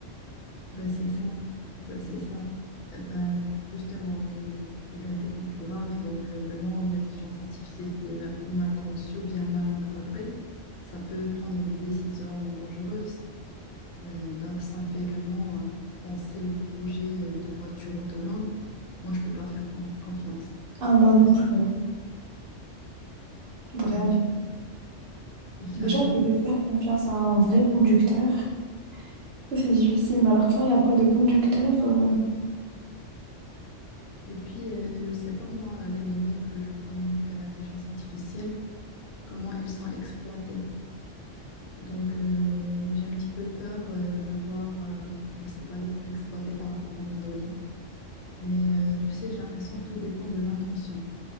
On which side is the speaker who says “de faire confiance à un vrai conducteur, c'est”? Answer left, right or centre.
Right